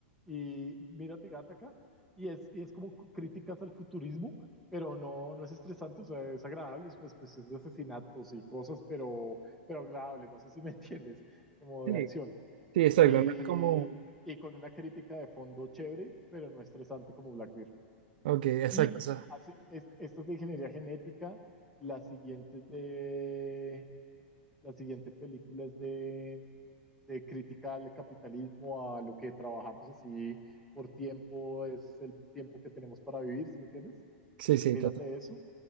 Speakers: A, in the centre; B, on the right.
A: y mírate Gattaca y es, y es como c- críticas al futurismo, pero no, no es estresante, o sea, es agradable, es, pues, pues es de asesinatos y cosas, pero, pero agradable, no sé si me <laughs> entiendes, como
B: Sí,
A: de acción.
B: sí, exacto.
A: Y,
B: No es como...
A: y con una crítica de fondo chévere, pero no estresante como Black Mirror.
B: Ok, exacto.
A: Y él
B: o sea,
A: hace, es- esta es de ingeniería genética, la siguiente es de... La siguiente película es de de crítica al capitalismo, a lo que trabajamos así por tiempo, es el tiempo que tenemos para vivir, ¿sí me entiendes?
B: sí, sí,
A: Mírate
B: total.
A: eso.